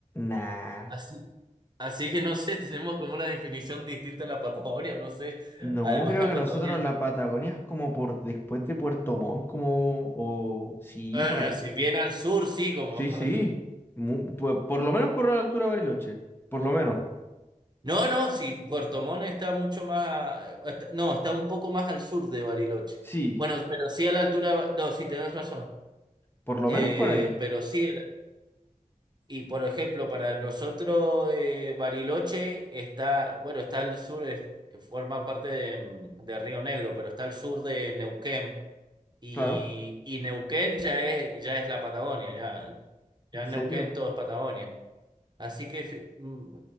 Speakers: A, on the left (about 15°); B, on the right (about 30°).
A: Nah.
B: Así, así que no sé, <laughs> tenemos como una definición distinta a la Patagonia, no sé.
A: No,
B: Además,
A: creo
B: la
A: que
B: Patagonia,
A: nosotros la Patagonia es como por después de Puerto Montt, como. O. Sí,
B: eh,
A: por ahí.
B: si bien al sur, sí, como.
A: Sí, sí.
B: <laughs>
A: Mu- por por lo menos por la altura de Bariloche. Por lo menos.
B: No, no, sí, Puerto Montt está mucho más, a- está- no, está un poco más al sur de Bariloche.
A: Sí,
B: Bueno, pero sí a la altura, de Ba- no, sí, tenés razón.
A: Por lo
B: Eh,
A: menos por ahí.
B: pero sí, el- y por ejemplo, para nosotros eh, Bariloche está, bueno, está al sur, es- forma parte de, de Río Negro, pero está al sur de Neuquén. Y,
A: Claro.
B: y Neuquén ya es, ya es la Patagonia, ya, ya
A: ¿En
B: en
A: serio?
B: Neuquén todo es Patagonia. Así que fi- mm,